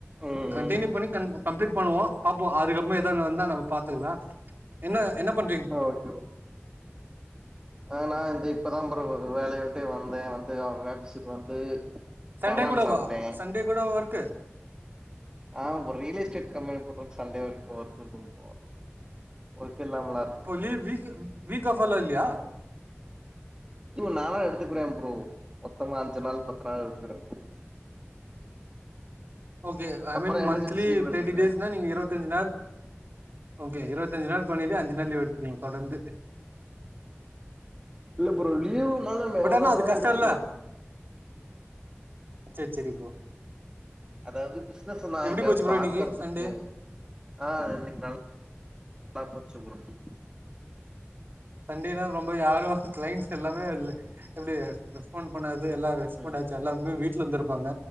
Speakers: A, on the right (about 20°); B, on the right (about 50°).
A: ம்
B: கண்ட்னியூ
A: ம்
B: பண்ணி கம்ப்ளீட் பண்ணுவோ பாப்போ அதுக்கப்பறோ எதனா வந்தா நம்ம பாத்துக்கலா என்ன என்ன பண்ண
A: ம் ஓகே ப்ரோ ஆ நா இ இப்பதா ப்ரோ வேலய விட்டே வந்தே வந்து அவுங்க ஆபீஸுக்கு வந்து
B: சண்டே
A: காளான்
B: கூட
A: சாப்ட்டே
B: வா சண்டே கூடவா ஒர்க்கு
A: ஆ bro real estate company bro Sunday வரைக்கு ஒர்க் இருக்கு ஒர்க் இல்லாமல
B: அப்போ லீவ் வீக் வீக் ஆஃப்பெல்லா இல்லயா
A: து நாளா எடுத்துக்குறே ப்ரோ மொத்தமா அஞ்சு நாள் பத்து நாள் எடுத்துக்கிட்ட ப்ரோ
B: ஓகே ஐ
A: அப்பறோ
B: மீன்
A: எமர்ஜென்சி
B: மந்த்லி
A: லீவ் எடுத்துக்குருவே
B: தேர்ட்டி டேஸ்னா நீங்க இருபத்தஞ்சு நாள் ஓகே இருபத்தஞ்சு நாள் பண்ணிட்டு அஞ்சு நாள் லீவ் எடுத்துக்வீங் தொடர்ந்து
A: இல்ல ப்ரோ லீவ்வுநாளு நா
B: பட்
A: எவ்ளோ
B: ஆனா அது
A: வேணாலு
B: கஷ்டோல்ல
A: எடுத்துக்லா
B: சேரி சேரி ப்ரோ
A: அதாவது பிசினஸ் நா
B: எப்டி
A: இங்க
B: போச்சு ப்ரோ
A: பாக்கறதுக்கு
B: இன்னைக்கு சண்டே
A: ஆ இன்னைக்கு நல்ல ஆப்பர்ச்சூருனுட்டி
B: சண்டேனா ரொம்ப யாரும் கிளைண்டட்ஸ் எல்லாமே எப்டி ரெஸ்பாண்ட் பண்ணாது எல்லா ரெஸ்பாண்ட்
A: ம்
B: ஆச்சு எல்லாருக்மே வீட்ல இருந்துருப்பாங்க